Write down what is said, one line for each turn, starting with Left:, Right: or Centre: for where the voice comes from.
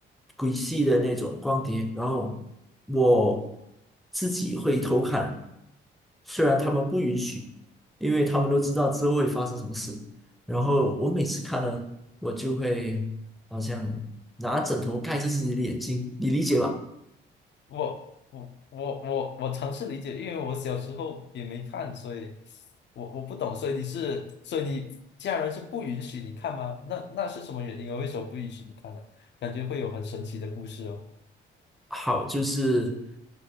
Centre: 鬼戏的那种光碟，然后我自己会偷看，虽然他们不允许，因为他们都知道之后会发生什么事。然后我每次看了，
Left: 嗯。
Centre: 我就会好像拿枕头盖着自己的眼睛，你理解吧？
Left: 我我我我我尝试理解，因为我小时候也没看，所以我我不懂，所以你是，所以你家人是不允许你看吗？那那是什么原因啊？为什么不允许你看呢？感觉会有很神奇的故事哦。
Centre: 好，就是